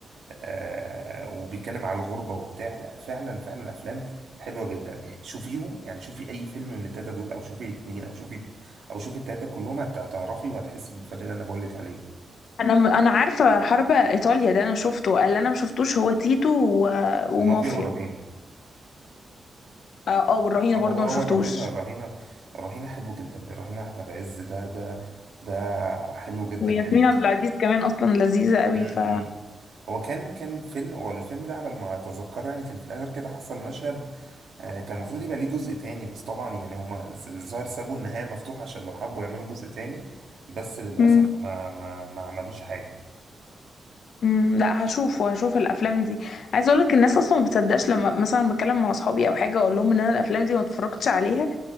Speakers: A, on the right; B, on the left.
A: آه وبيتكلم على الغربة وبتاع لا فعلا فعلا أفلام حلوة جدا شوفيهم يعني شوفي أي فيلم من التلاتة دول أو شوفي الاتنين أو شوفي أو شوفي التلاتة كلهم هت- هتعرفي وهتحسي بالفرق اللي أنا بقولك عليه
B: انا م- انا عارفه حرب ايطاليا ده انا شفته اللي انا ما شفتوش هو تيتو و- ومافيا
A: ومافيا والرهينة
B: اه آه، والرهينة
A: هو
B: برضو
A: هو
B: ما شفتوش
A: الرهينة الرهينة الرهينة حلو جدا الرهينة أحمد عز ده ده ده حلو جدا
B: وياسمين
A: يعني
B: عبد العزيز كمان اصلا لذيذة قوي
A: م-
B: ف
A: م. هو كان كان فيلم والفيلم ده على ما أتذكره يعني كان في الآخر كده حصل مشهد آه، كان المفروض يبقى ليه جزء تاني بس طبعا يعني هما ز- الظاهر سابوا النهاية مفتوحة عشان لو حبوا يعملوا جزء تاني بس للأسف
B: مم.
A: ما ما ما عملوش حاجة
B: مم. لا هشوفه هشوف الافلام دي عايزه اقول لك الناس اصلا ما بتصدقش لما مثلا بتكلم مع اصحابي او حاجه اقول لهم ان انا الافلام دي ما اتفرجتش عليها